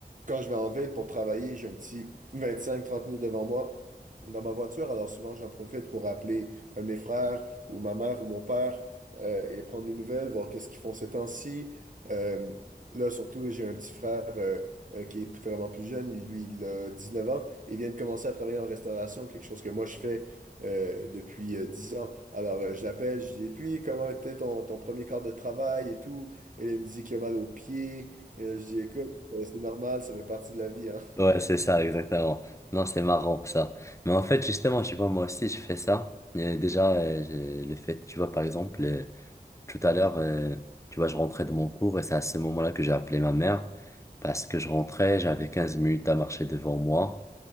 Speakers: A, on the right; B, on the left.
A: quand je vais en ville pour travailler, j'ai un petit vingt cinq trente minutes devant moi dans ma voiture. Alors, souvent, j'en profite pour appeler un de mes frères ou ma mère ou mon père euh, et prendre des nouvelles, voir qu'est-ce qu'ils font ces temps-ci. Euh, Là, surtout, j'ai un petit frère euh, euh, qui est vraiment plus jeune. Lui, il a 19 ans et vient de commencer à travailler en restauration, quelque chose que moi, je fais euh, depuis euh, 10 ans. Alors, euh, je l'appelle, je dis, et puis, comment était ton, ton premier quart de travail et tout? Et là, il me dit qu'il a mal aux pieds. Et là, je dis, écoute, euh, c'est normal, ça fait partie de la vie, hein.
B: Ouais, c'est ça, exactement. Non, c'est marrant, ça. Mais en fait, justement, tu vois, moi aussi, je fais ça. Et déjà, euh, j'ai- le fait, tu vois, par exemple, euh, tout à l'heure, euh, tu vois, je rentrais de mon cours et c'est à ce moment-là que j'ai appelé ma mère parce que je rentrais, j'avais 15 minutes à marcher devant moi